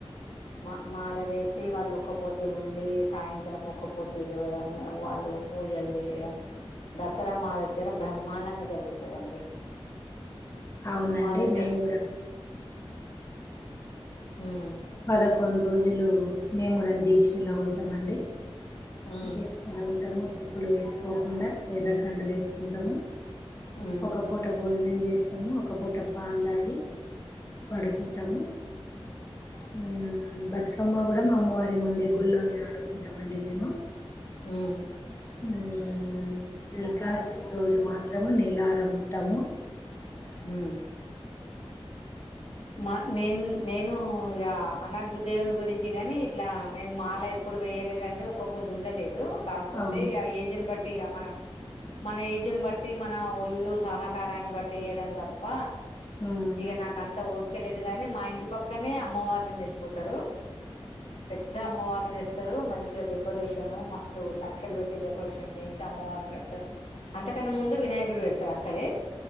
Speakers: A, on the left; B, on the left.
A: మా మాలలే టే వాళ్ళు ఒక్క పొద్దులు ఉండి సాయంత్రం ఒక పొద్దు చూడడం వాళ్ళు పూజలు చేయడం దసరా మా దగ్గర బ్రహ్మాండంగా జరుగుతుందండి
B: అవునండి
A: మా దగ్గర
B: మేము
A: ఉమ్
B: పదకు కొన్ని రోజులు మేము కూడా దీక్షలో ఉంటామండి
A: ఉమ్
B: డీఎస్ఉంటా ము చెప్పులు వేసుకోకుండా ఎర్రకాండ వేసుకుంటాము
A: ఉమ్
B: ఒక పూట భోజనం చేసి స్తాం ఒక పూట పాలు దాగి పడుకుంటాము
A: ఉమ్
B: హుమ్ బతుకమ్మ కూడా మా అమ్మ వారి ముందే గుడిలోనే ఆడుకుంటామండి మేము
A: హుమ్
B: ఉమ్ దుర్గాష్టమి రోజు మాత్రము నీలారం ఉంటాము అ
A: ఉమ్ మా నేన్ నేను ఇగా అనర్థ దేవుని గురించి గాని ఇట్లా నేను మాల ఎప్పుడు వయలేదండి ఒ పొద్దు ఉండలేదు కాకపోతే
B: అవును
A: ఇగ ఏజెన్ బట్ టి మనం మన ఏజ్ని బట్టి మన ఒళ్ళు సహకారాన్ని బట్టి వేయడం తప్ప
B: ఆ
A: ఇక నాకు అంత ఓపిక లేదు గాని మా ఇంటి పక్ క్కనే అమ్మవారిని నిలిిపోతారు పెద్ద అమ్మవారిని తెస్తారు మంచి డెకరేషన్ మస్తు లక్షలు పెట్టి డెకరేషన్ చేయించి అమ్మవారిని పెడ్ త్త అంతకన్నా ముందు వినాయకుడు పెడ్ తారు అక్కడే